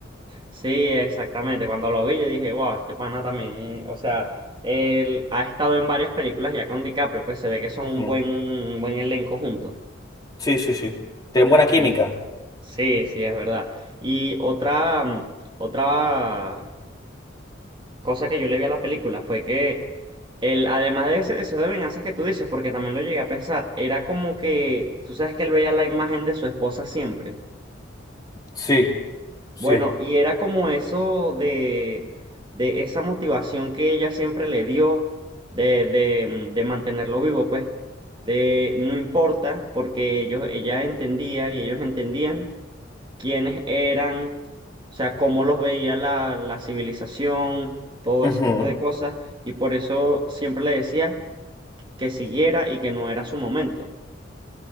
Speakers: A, on the right (about 25°); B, on the left (about 20°).
A: Sí, exactamente. Cuando lo vi, yo dije, wow, este pana también, o sea, él ha estado en varias películas ya con DiCaprio, pues se ve que son
B: Ujú.
A: un buen, un buen elenco juntos.
B: Sí, sí, sí. Tienen buena química.
A: Y sí, sí, es verdad. Y otra, mm, otra cosa que yo le vi a la película fue que él, además de ese deseo de venganza que tú dices, porque también lo llegué a pensar, era como que, tú sabes que él veía la imagen de su esposa siempre.
B: Sí, sí.
A: Bueno, y era como eso de, de esa motivación que ella siempre le dio de, de, de mantenerlo vivo, pues, de no importa, porque ellos, ella entendía y ellos entendían quiénes eran, o sea, cómo los veía la, la civilización, todo ese
B: Ujú.
A: tipo de cosas, y por eso siempre le decía que siguiera y que no era su momento.